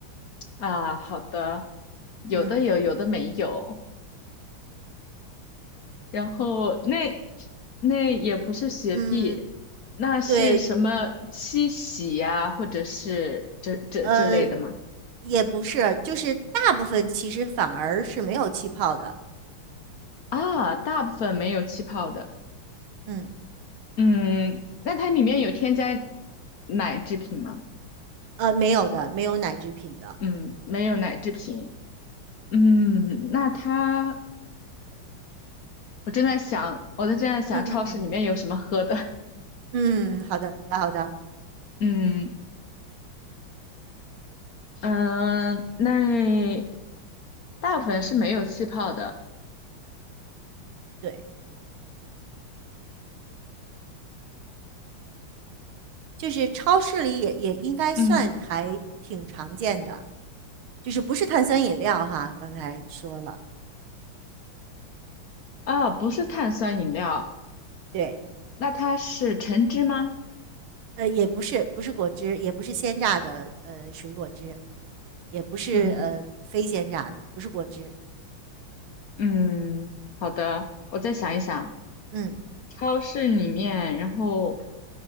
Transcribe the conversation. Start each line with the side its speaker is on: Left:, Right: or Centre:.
Left: 啊，好的，有的有，
Right: 嗯
Left: 有的没有。然后那那也不是雪碧，
Right: 嗯，
Left: 那是什么七喜呀、
Right: 对，
Left: 或者是这这这类的吗？
Right: 呃也不是，就是大部分其实反而是没有气泡的，
Left: 啊，大部分没有气泡的。
Right: 嗯
Left: 嗯，那它里面有添加奶制品吗？
Right: 呃没有的，没有奶制品的，
Left: 嗯，没有奶制品。嗯，那它我正在想，我在正在想超市里面有什么喝的。
Right: 嗯嗯嗯
Left: <laughs>
Right: 嗯，好的好的，
Left: 嗯嗯，那大部分是没有气泡的。
Right: 对，就是超市里也也应该算还挺常见的，
Left: 嗯
Right: 就是不是碳酸饮料哈，刚才说了，
Left: 啊，不是碳酸饮料，
Right: 对。
Left: 那它是橙汁吗？
Right: 呃，也不是，不是果汁，也不是鲜榨的，呃，水果汁，也不是呃非鲜榨的，
Left: 嗯
Right: 不是果汁。
Left: 嗯，好的，我再想一想，
Right: 嗯
Left: 超市里面，然后